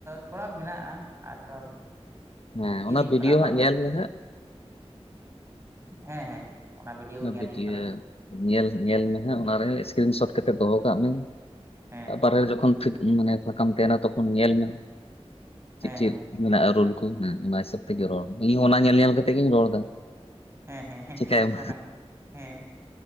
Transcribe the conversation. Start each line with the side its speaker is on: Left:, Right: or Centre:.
Right: ᱛᱷᱚᱲᱟ ᱢᱮᱱᱟᱜ-ᱟ ᱟᱨ ᱛᱷᱚᱲᱟᱼᱼ
Left: ᱦᱮᱸ
Right: ᱪᱮᱫ
Left: ᱚᱱᱟ
Right: ᱦᱩᱭᱩᱜ
Left: ᱵᱷᱤᱰᱭᱳ
Right: ᱠᱟᱱᱟ ᱟᱵᱟᱨ
Left: ᱦᱟᱸᱜ ᱧᱮᱞ ᱢᱮ ᱦᱟᱸᱜ
Right: ᱦᱮᱸ ᱦᱮᱸ᱾ ᱵᱷᱤᱰᱭᱳ
Left: ᱚᱱᱟ
Right: ᱜᱮ ᱧᱮᱞ
Left: ᱵᱷᱤᱰᱤᱭᱳ
Right: ᱦᱩᱭᱩᱜ ᱠᱟᱱᱟ
Left: ᱧᱮᱞ ᱧᱮᱞ ᱢᱮ ᱦᱟᱸᱜ ᱚᱱᱟᱨᱮ ᱥᱠᱨᱤᱱ ᱥᱚᱴ ᱠᱟᱛᱮᱜ ᱫᱚᱦᱚ ᱠᱟᱜ ᱢᱮ᱾
Right: ᱦᱮᱸ
Left: ᱵᱟᱦᱨᱮ ᱨᱮ ᱡᱚᱠᱷᱚᱱ ᱢᱟᱱᱮ ᱯᱷᱟᱸᱠᱟᱢ ᱛᱟᱦᱮᱱᱟ ᱛᱚᱠᱷᱚᱱ ᱧᱮᱞ ᱢᱮ᱾
Right: ᱦᱮᱸ
Left: ᱪᱮᱫ ᱪᱮᱫ
Right: ᱦᱮᱸ ᱦᱮᱸ
Left: ᱢᱮᱱᱟᱜᱼᱟ ᱨᱩᱞ ᱠᱚ ᱦᱮᱸ ᱚᱱᱟ ᱦᱤᱥᱟᱹᱵ ᱛᱮᱜᱮ
Right: ᱦᱮᱸ
Left: ᱨᱚᱲ ᱤᱧ ᱦᱚᱸ ᱚᱱᱟ ᱧᱮᱞ ᱧᱮᱞ ᱠᱟᱛᱮᱼᱼ ᱛᱮᱜᱮᱧ ᱨᱚᱲ ᱮᱫᱟ᱾
Right: ᱦᱮᱸ ᱦᱮᱸ ᱦᱮᱸ
Left: ᱪᱤᱠᱟᱭᱟᱢ
Right: ᱚᱱᱟ ᱦᱮᱸ